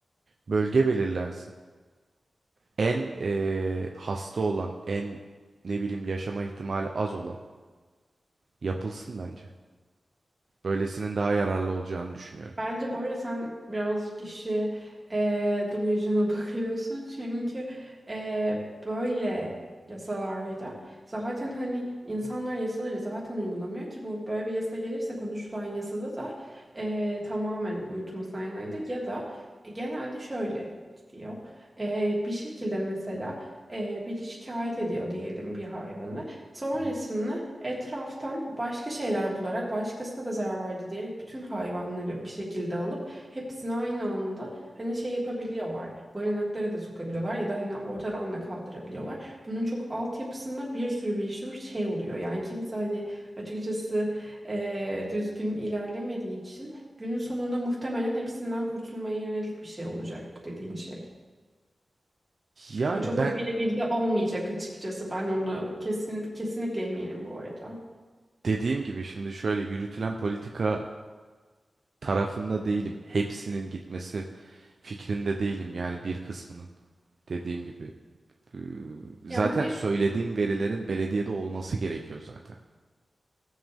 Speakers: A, on the right; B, on the right.
A: Bölge belirlensin. En eee, hasta olan, en ne bileyim yaşama ihtimali az olan yapılsın bence. Böylesinin daha yararlı olacağını düşünüyorum.
B: Bence bu arada sen birazcık işi eee delusional <laughs> bakıyorsun. Çünkü eee, böyle yasalarda zaten hani insanlar yasaları zaten uygulamıyor ki bu böyle bir yasa gelirse konuşulan yasada da eee, tamamen uyutulması yanaydı ya da e, genelde şöyle gidiyor. Eee, bir şekilde mesela eee, biri şikayet ediyor diyelim bir hayvanı. Sonrasında
A: Hı.
B: etraftan başka şeyler bularak başkasına da zarar verdi diyerek bütün hayvanları bir şekilde alıp hepsini aynı anda hani şey yapabiliyorlar. Barınaklara da sokabiliyorlar ya da hani ortadan da kaldırabiliyorlar. Bunun çok altyapısında bir sürü bir sürü şey oluyor. Yani kimse hani açıkçası eee, düzgün ilerlemediği için günün sonunda muhtemelen hepsinden kurtulmaya yönelik bir şey olacak bu dediğin şey.
A: Yani
B: O çok
A: ben
B: o birebir de olmayacak açıkçası. Ben onu kesin kesinlikle eminim bu arada.
A: dediğim gibi şimdi şöyle yürütülen politika tarafında değilim. Hepsinin gitmesi fikrinde değilim yani bir kısmının dediğim gibi. Ee, Zaten
B: Ya hani
A: söylediğim verilerin belediyede olması gerekiyor zaten.